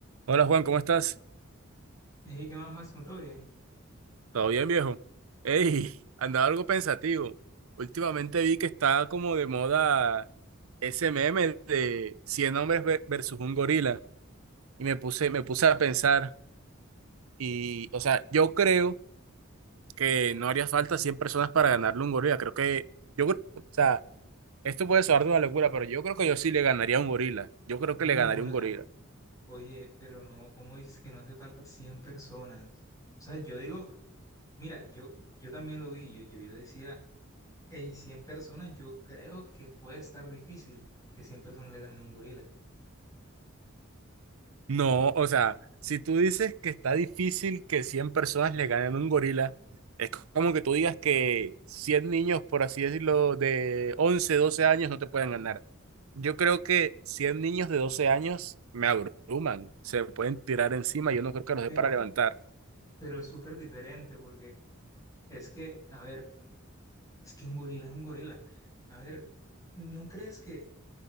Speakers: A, on the right (about 80°); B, on the left (about 15°).
A: Hola Juan, ¿cómo estás?
B: Ey, ¿qué más, Máximo? ¿Todo bien?
A: ¿Todo bien, viejo? Ey, andaba algo pensativo. Últimamente vi que está como de moda ese meme de 100 hombres ve- versus un gorila. Y me puse, me puse a pensar. Y, o sea, yo creo que no haría falta 100 personas para ganarle a un gorila. Creo que, yo, cre- o sea, esto puede sonar de una locura, pero yo creo que yo sí le ganaría a un gorila. Yo creo
B: No,
A: que
B: <laughs>
A: le ganaría a un gorila.
B: eh, oye, pero no, ¿cómo dices que no hace falta 100 personas? O sea, yo digo, mira, yo, yo también lo vi, yo, yo, yo decía, hey, 100 personas, yo creo que puede estar difícil que 100 personas le ganen a un gorila,
A: No, o sea, si tú dices que está difícil que 100 personas le ganen a un gorila, es como que tú digas que 100 niños, por así decirlo, de 11 12 años no te pueden ganar. Yo creo que 100 niños de 12 años me abruman, se pueden tirar encima, yo no creo que los
B: pero,
A: dé para levantar,
B: pero es súper diferente porque es que, a ver, es que un gorila es un gorila. A ver, ¿no crees que